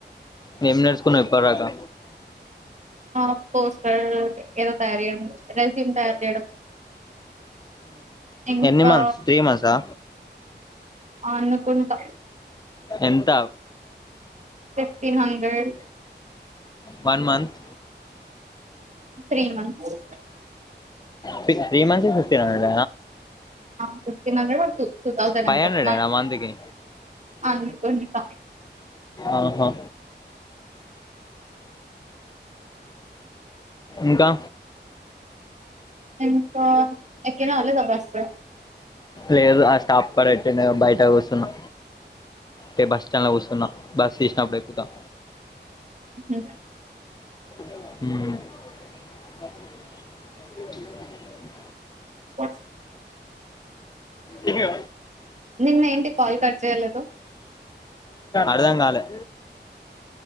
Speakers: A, on the left; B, on the right.
A: మేం నేర్చుకున్నాం ఇప్పడు రాకా
B: ఆ పోస్టర్ ఏదో తయారీ రెజ్యూమ్ తయార ఇంకా
A: ఎన్నిన్ని మంత్స్ త్రీ మంత్స్ఆ
B: అనుకుంటాం
A: ఎంత
B: fifteen hundred
A: one month
B: three months
A: ఫ త్రీ మంత్స్ ఫిఫ్టీన్ హండ్రెడ్
B: ఆ <unintelligible> ట థౌజండ్
A: ఫైవ్
B: అంత
A: హండ్రెడేనా
B: మ
A: మంత్కి
B: అనుకుంట్ట
A: ఆహా ఇంకా
B: ఎంత ఎకేనా అలాబస్తంది
A: లేదు ఆ స్టాప్ పడ బయట వస్తున్నా అే బస్ స్టాండ్లో కూస్తున్నా బస్ తీసినప్పుడు ఎక్కుతాం
B: హ్మ్
A: హు
B: వ
A: ఏ
B: నిన్న ఏంటి కాల్ కట్ చేయలేదు
A: అర్థం కాలే